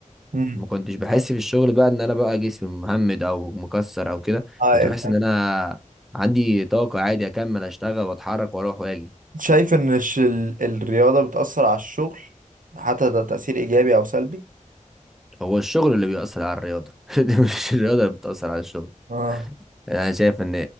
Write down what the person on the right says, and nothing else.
امم
ايوه
شايف ان الش- ال- الرياضه بتاثر على الشغل حتى ده تاثير ايجابي او سلبي
اه